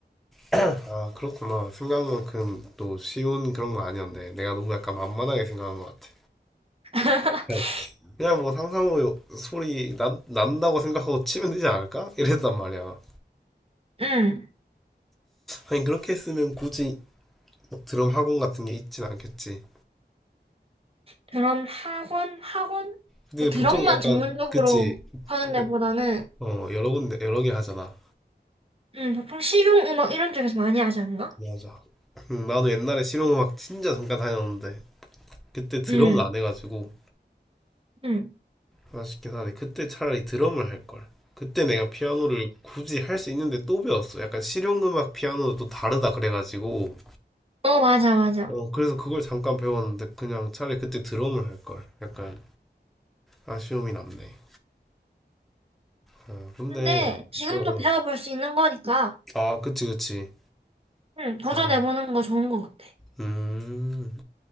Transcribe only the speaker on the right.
<laughs>
응.
드럼 학원? 학원?
뭐 드럼만
전문적으로
하는
데보다는,
음, 보통 실용음악 이런 쪽에서 많이 하지 않나?
음,
음.
어, 맞아, 맞아.
근데 지금도
배워볼 수 있는 거니까,
음, 도전해보는
거 좋은 것 같아.